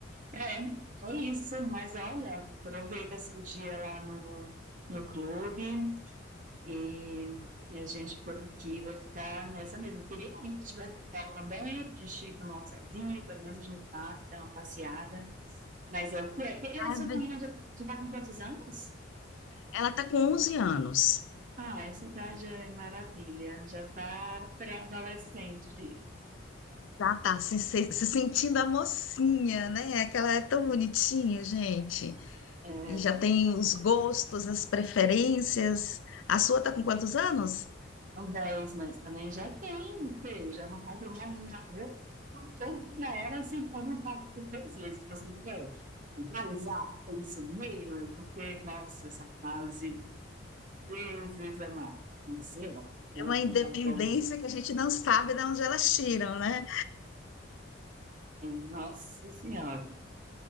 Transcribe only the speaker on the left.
Ai,
ve-
Ela tá com 11 anos.
Já tá se, se se sentindo a mocinha, né? Aquela é tão bonitinha, gente.
E já tem os gostos, as preferências. A sua está com quantos anos?
É uma independência
que a gente não sabe de onde elas tiram, né?